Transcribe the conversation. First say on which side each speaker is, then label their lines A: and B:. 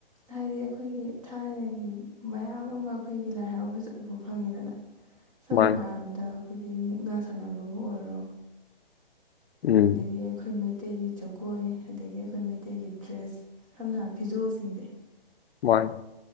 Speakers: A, on the right; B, on the left.
A: ꯍꯥꯏꯗꯤ ꯑꯩꯈꯣꯏꯒꯤ ꯊꯥꯏꯅꯒꯤ ꯃꯌꯥꯝ ꯑꯃ ꯑꯩꯈꯣꯏꯒꯤ ꯂꯥꯏ ꯍꯔꯥꯎꯕꯁꯤ ꯎꯕ ꯐꯪꯉꯤꯗꯅ ꯁꯝꯅ
B: ꯃꯥꯅꯤ
A: ꯍꯥꯏꯔꯕꯗ ꯑꯩꯈꯣꯏꯒꯤ ꯃꯨꯛꯅꯥ ꯁꯥꯟꯅꯕꯕꯨ ꯑꯣꯏꯔꯣ
B: ꯎꯝ
A: ꯑꯗꯒꯤ ꯑꯩꯈꯣꯏ ꯃꯩ ꯇꯩꯒꯤ ꯖꯒꯣꯏ ꯑꯗꯒꯤ ꯑꯩꯈꯣꯏ ꯃꯩꯇꯩꯒꯤ ꯗ꯭ꯔꯦꯁ ꯁꯝꯅ ꯍꯥꯏꯔꯕ ꯐꯤꯖꯣꯜꯁꯤꯡꯁꯦ
B: ꯃꯥꯅꯤ